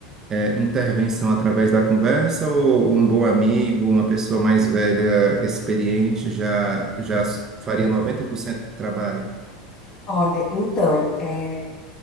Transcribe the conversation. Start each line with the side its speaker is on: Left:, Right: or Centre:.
Right: é, intervenção através da conversa, ou um bom amigo, uma pessoa mais velha, experiente, já, já faria 90% do trabalho?
Left: Olha, então, é.